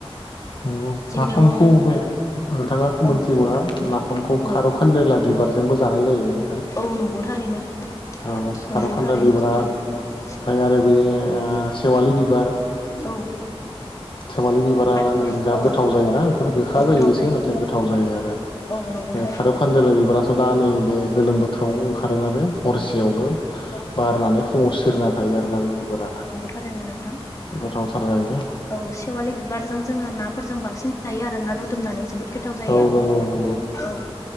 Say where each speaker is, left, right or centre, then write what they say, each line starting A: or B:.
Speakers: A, on the left; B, on the left.
A: नोंगौ नाफामखौ
B: मैगं
A: बे नोंथाङा
B: औ
A: मिथिगौ नाफामखौ
B: औ
A: खार दखानदेला बिबारजोंबो जानाय जायो नोंथां
B: औ नंगौ थारैनो नंगौ
A: औ खारौ खान्दा
B: थारैनो
A: बिबारा
B: सैथो मोनथाम
A: ओमफ्राय आरो बे सेवालि बिबार
B: औ।
A: सेवालि बिबारा
B: बेफोरजोंबो
A: जाोंहा
B: औ
A: गोथाव जायोना बेफोरो गोखा
B: औ गोथाव
A: जायो इसे नाथाय गोथाव जायो आरो।
B: औ नंगौ
A: नै
B: थारैनो
A: खारौ खानजाला बिबाराथ' दा नैबे गोलोम बोथोर बोथ्राव ओंखारो ना हरसेयावनो बारनानै फुङाव सेरना थायो आर ना बिबारा।
B: मारै होनदों नोंथां?
A: गोथावथार जायो
B: औ सेवालि बिबारजों जोङो नाफोरजों बांसिन जायो आरो ना रुदुमनानै जोबोद गोथाव जायो
A: औ नंगौ नंगौ
B: औ